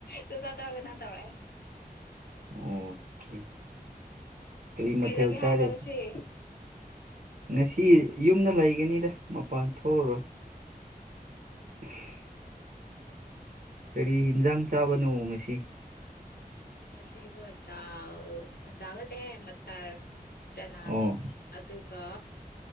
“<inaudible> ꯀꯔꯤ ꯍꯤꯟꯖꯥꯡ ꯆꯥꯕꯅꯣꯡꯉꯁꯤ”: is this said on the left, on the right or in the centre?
Right